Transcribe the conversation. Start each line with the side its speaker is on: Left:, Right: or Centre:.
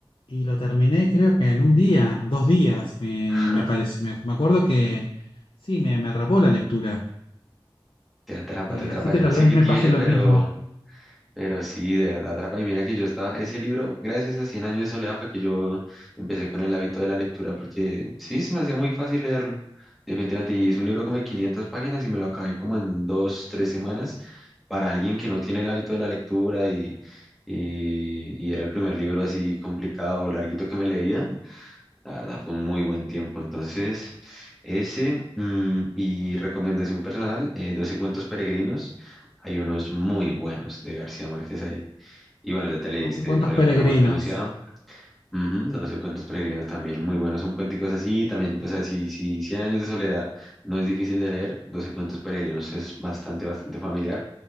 Left: y lo terminé creo que en un día, dos días, me,
Centre: <laughs>
Left: me parece, me, me acuerdo que sí, me, me atrapó la lectura.
Centre: Te atrapa,
Left: Eh,
Centre: te atrapa,
Left: así que
Centre: yo
Left: tal
Centre: no sé
Left: vez
Centre: qué
Left: me
Centre: tiene,
Left: pase lo
Centre: pero...
Left: mismo.
Centre: Pero sí, de verdad, atrapa. Y mira que yo estaba, ese libro, gracias a Cien años de soledad, fue que yo empecé con el hábito de la lectura, porque sí, se me hacía muy fácil leerlo, definitivamente. Y es un libro como de 500 páginas y me lo acabé como en dos, tres semanas. Para alguien que no tiene el hábito de la lectura y, y, y era el primer libro así complicado, larguito que me leía, la verdad fue un muy buen tiempo. Entonces, ese mm, y recomendación personal, eh, 12 cuentos peregrinos. Hay unos muy buenos de García Márquez ahí. Y bueno, ya te leíste
Left: 12 cuentos
Centre: Crónica
Left: peregrinos.
Centre: de una Marta Anunciada. Ujú, 12 cuentos peregrinos también muy buenos. Son cuenticos así también. O sea, si, si cien años de soledad no es difícil de leer, 12 cuentos peregrinos es bastante, bastante familiar,